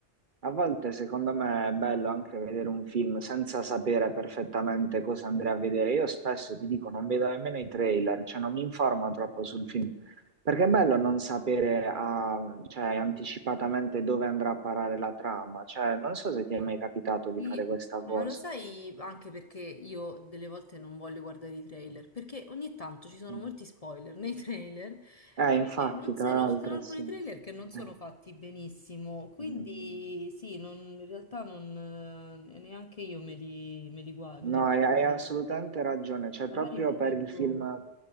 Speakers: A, on the right; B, on the left.
A: A volte secondo me è bello anche vedere un film senza sapere perfettamente cosa andrei a vedere. Io spesso ti dico, non vedo nemmeno i trailer, cioè non mi informo troppo sul film, perché è bello non sapere ah, cioè, anticipatamente dove andrà a parare la trama. Cioè, non so se ti è mai capitato di
B: Sì,
A: fare questa
B: ma
A: cosa.
B: lo sai anche perché io delle volte non voglio guardare i trailer, perché ogni tanto ci sono
A: Mm.
B: molti spoiler nei <laughs> trailer
A: Eh,
B: e
A: infatti,
B: non
A: tra
B: sono,
A: l'altro,
B: ci sono alcuni
A: sì. Eh,
B: trailer che non sono fatti benissimo, quindi
A: mm.
B: sì, non- in realtà non, eh, neanche io me li, me li guardo, me
A: No,
B: ne guardo.
A: hai, hai
B: i-
A: assolutamente
B: i-
A: ragione, cioè
B: Magari
A: proprio
B: mi
A: per
B: leggo...
A: il film...